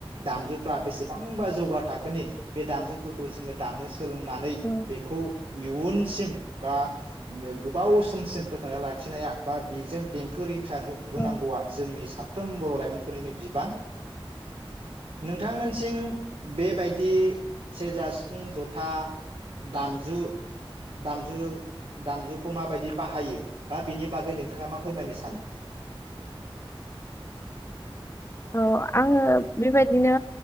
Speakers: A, on the right; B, on the left.
A: दामजुफ्रा बेसेबांबा जौगा थाखोनि बे दामजुफोरखौ जोङो दामनो सो सोलोंनानै
B: औ
A: बेखौ इयुन सिम बा गोबाव समसिम फोथांना लाखिनाया बा बेजों देंखो रिं सार हो-होनांगौआ
B: औ
A: जोंनि साब फोम बर' लाइमोनफोरनिनो बिबान नोंथांमोनसिम बेबायद दि सेरजा सिफुं जथा दामजु दामजुु दामजुखौ माबायदि बाहायो बा बिनि बागै नोंथाङा मा फोरमायनो सानो?
B: औ आङो बेबायदिनो